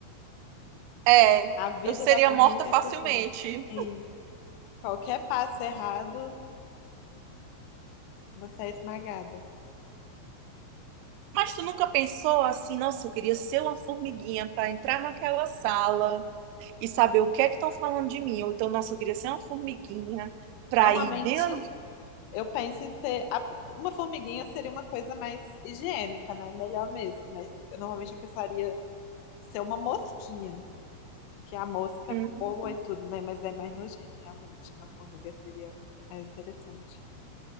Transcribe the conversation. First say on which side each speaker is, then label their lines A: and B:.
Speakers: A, on the right (about 85°); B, on the left (about 80°).
A: é,
B: A vida
A: eu seria
B: da formiga
A: morta facilmente.
B: é perigosa. Sim, qualquer passo errado, você é esmagada.
A: Mas tu nunca pensou assim, nossa, eu queria ser uma formiguinha para entrar naquela sala e saber o que é que estão falando de mim. Ou então, nossa, eu queria ser uma formiguinha para
B: Normalmente,
A: ir dentro.
B: Eu penso em ser. a- Uma formiguinha seria uma coisa mais higiênica, né? Melhor mesmo. Mas eu, normalmente eu pensaria ser uma mosquinha, que a mosca
A: Hum.
B: voa e tudo, né? Mas é mais nojento, realmente. Uma formiga seria mais interessante.